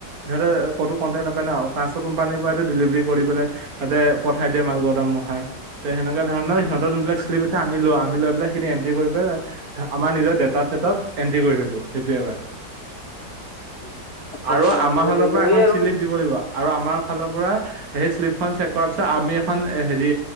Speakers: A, on the right; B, on the left.
A: সেতে কতো কনটেক নাপায় ন- কোম্পানীৰ পৰাটো ডেলিভাৰী কৰি পেলাই তাতে পঠাই দিয়ে মালঘৰ দামহাই- তে সেনেকা ধৰণৰ সিহঁতৰ যোনবিলাক আমি লৈ আম লৈ পেলাই সেখিনি এন্ট্ৰি কৰি পেলাই- আমাৰ নিজৰ ডেটা চেটত এন্ট্ৰি কৰি থৈছোঁ সেইটোয়েবাৰ।
B: আচ্ছা
A: আৰু
B: আচ্ছা
A: আমাৰ
B: মানে
A: ফালৰ
B: ধৰি
A: পৰা
B: লও
A: এখন
B: সেই আৰু
A: চিলপ,, দিব দিব আৰু আমাৰ ফালৰ পৰা সেই শ্লিপখন চেক কৰাৰ পিছত আমি এখন হেৰি,,,